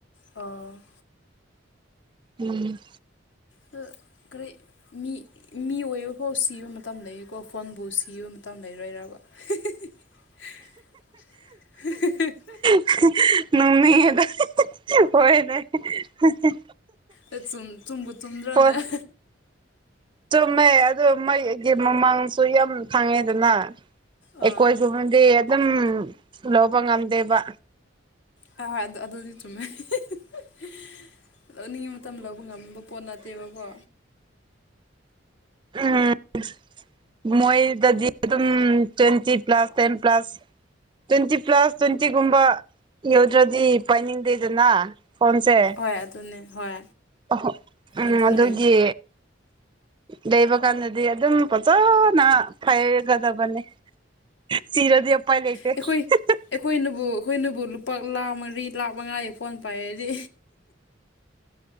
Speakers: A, on the left; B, on the right.
A: ꯑꯣ
B: ꯎꯝ
A: ꯗꯨ ꯀꯔꯤ ꯃꯤ ꯃꯤ ꯑꯣꯏꯕ ꯐꯧ ꯁꯤꯕ ꯃꯇꯝ ꯂꯩꯌꯦꯀꯣ ꯐꯣꯟꯕꯨ ꯁꯤꯕ ꯃꯇꯝ ꯂꯩꯔꯣꯏꯔꯕ <unintelligible> <unintelligible>
B: <unintelligible> ꯅꫭꯛꯅꯤꯡꯉꯦꯗ <unintelligible> ꯍꯣꯏꯅꯦ ꯍꯦꯍꯦ
A: ꯨꯑꯦ ꯆꯨꯝ ꯆꯨꯝꯕꯨ ꯆꯨꯝꯗ꯭ꯔꯅꯦ
B: ꯐꯣꯟ
A: <unintelligible>
B: ꯆꯨꯝꯃꯦ ꯑꯗꯨ ꯃꯩꯒꯤ ꯃꯃꯥꯡꯁꯨ ꯌꯥꯝ ꯈꯥꯡꯉꯦꯗꯅ ꯑꯩꯈꯣꯏꯒꯨꯝ
A: ꯑꯥ
B: ꯗꯤ ꯑꯗꯨꯝ ꯂꯧꯕ ꯉꯝꯗꯦꯕ
A: ꯍꯣꯏ ꯍꯣꯏ ꯑꯗꯨ ꯑꯗꯨꯗꯤ ꯆꯨꯝꯃꯦ <unintelligible> ꯂꯧꯅꯤꯡꯕ ꯃꯇꯝ ꯂꯧꯕ ꯉꯝꯕ ꯄꯣꯠ ꯅꯠꯇꯦꯕꯀꯣ
B: ꯎꯝ ꯃꯣꯏꯗꯗꯤ ꯑꯗꯨꯝ twenty plus ten plus twenty plus ꯇ꯭ꯋꯦꯟꯇꯤꯒꯨꯝꯕ ꯌꯧꯗ꯭ꯔꯗꯤ ꯄꯥꯏꯅꯤꯡꯗꯦꯗꯅ‌ ꯐꯣꯟꯁꯦ
A: ꯍꯣꯏ ꯑꯗꯨꯅꯦ ꯍꯣꯏ
B: <unintelligible> ꯎꯝ
A: ꯑꯗꯨꯅꯦ
B: ꯑꯗꯨꯒꯤ ꯂꯩꯕ ꯀꯥꯟꯗꯗꯤ ꯑꯗꯨꯝ ꯐꯖꯅ ꯐꯩꯒꯗꯕꯅꯤ ꯆꯤꯔꯗꯤ ꯑꯄꯥꯏ ꯂꯩꯇꯦ <unintelligible>
A: ꯑꯩꯈꯣꯏ ꯑꯩꯈꯣꯏꯅꯕꯨ ꯑꯈꯣꯏꯅꯕꯨ ꯂꯨꯄꯥ ꯂꯥꯛ ꯃꯔꯤ ꯂꯥꯛ ꯃꯉꯥꯒꯤ ꯐꯣꯟ ꯄꯥꯏꯔꯗꯤ